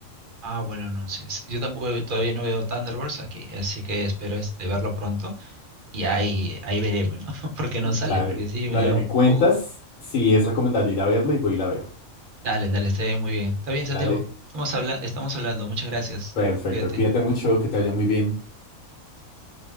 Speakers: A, on the right; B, on the left.
A: Ah, bueno, no sé. s- Yo tampoco he- todavía no veo Thunderbolts aquí, así que espero este, verlo pronto y ahí, ahí veré, pues, ¿no? <laughs> Porque no
B: Dale,
A: sale, porque sí
B: dale,
A: me da
B: me
A: un
B: cuentas
A: poco...
B: si es recomendable ir a verla y voy y la veo.
A: Dale, dale, está bien, muy bien. Está bien,
B: Dale,
A: Santiago. Estamos habla- estamos hablando. Muchas gracias.
B: perfecto,
A: Cuídate.
B: cuídate mucho, que te vaya muy bien.
A: Gracias.